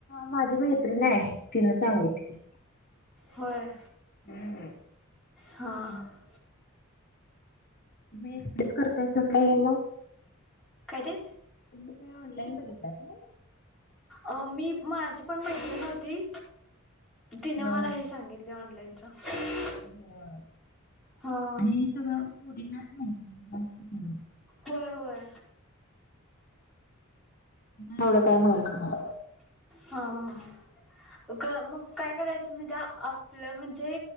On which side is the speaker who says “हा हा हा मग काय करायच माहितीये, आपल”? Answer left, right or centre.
Centre